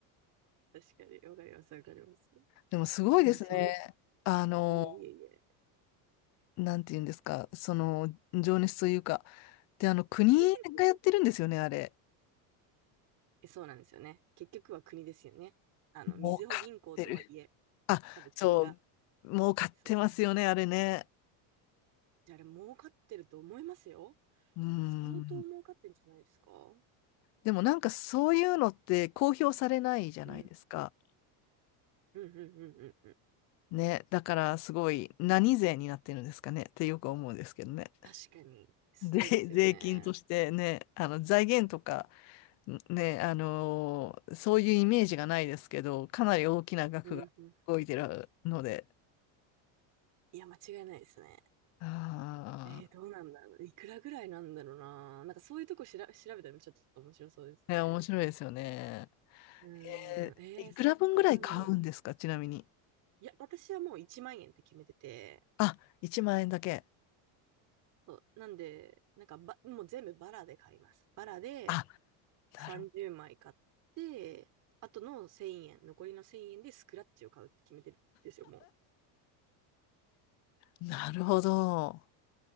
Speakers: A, on the right; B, on the left.
A: 確かに。わかります。わかります。
B: でもすごいですね。
A: えーでもそういう、
B: あの
A: いえいえいえ。
B: なんて言うんですか、その、情熱というか、で、あの、国がやってるんですよね、
A: <laughs>
B: あれ。
A: そうなんですよね。結局は国ですよね。あの、
B: 儲かってる。
A: みずほ銀行とはいえ、
B: あ、
A: 多分国が。
B: そう、儲かってますよね、
A: そうそうそう。
B: あれね。
A: じゃああれ、儲かってると思いますよ。
B: うー
A: 相当儲かってんじゃないですかうん。
B: ん。でもなんかそういうのって公表されないじゃないですか。
A: うんうんうんうんうん。
B: ね。だからすごい何税になってるんですかねってよく思うんですけどね。
A: 確かに。そうですよね。
B: で、<laughs> 税金としてね、あの財源とか、ね、あのーそういうイメージがないですけど、かなり大きな額が動いてるので、
A: うんうん。いや、間違いないですね。
B: あ
A: えー、どうなんだろう。いくらぐらいなんだろうな。なんかそういうとこしら調べたらちょっと面白そうですね。
B: あ、ね、面白いですよね。
A: う
B: えーいくら分ぐらい買うんですかちなみに。
A: ん。えー、そっか、なんだろう。いや、私はもう1万円って決めてて、
B: あ、1万円だけ。
A: そうなんで、なんかば、もう全部バラで買います。バラで
B: あ、なる、
A: 30枚買って、あとの1000円、残りの1000円でスクラッチを買うって決めてるんですよ、も
B: なるほど。